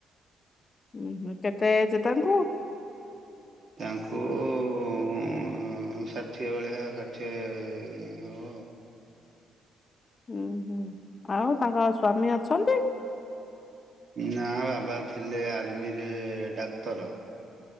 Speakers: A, on the left; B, on the right.
A: ଉଁ ହୁଁ କେତେ ଏଜ୍ ତାଙ୍କୁ?
B: ତାଙ୍କୁ ଉଁ ଷାଠିଏ ଭଳିଆ ଷାଠିଏ ହବ।
A: ଉଁ ହୁଁ ଆଉ ତାଙ୍କ ସ୍ଵାମୀ ଅଛନ୍ତି?
B: ନା ବାବା ଥିଲେ ଆର୍ମିରେ ଡାକ୍ତର।